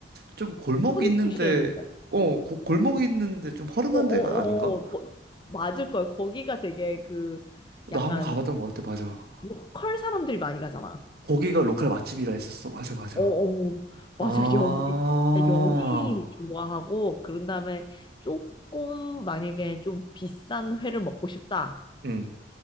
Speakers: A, on the right; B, on the left.
A: 좀 골목이
B: 서귀포시에
A: 있는데,
B: 있는데.
A: 어, 고- 골목이 있는데 좀 허름한
B: 어, 어, 어,
A: 데가 아닌가?
B: 어, 거- 맞을 걸. 거기가 되게 그,
A: 나
B: 약간,
A: 한번 가봤던 것 같아. 맞아.
B: 로컬 사람들이 많이 가잖아.
A: 거기가 로컬 맛집이라 했었어. 맞아, 맞아.
B: 어, 어, 맞아.
A: 아,
B: 여기, 여기 좋아하고, 그런 다음에 조금, 만약에 좀 비싼 회를 먹고 싶다.
A: 응.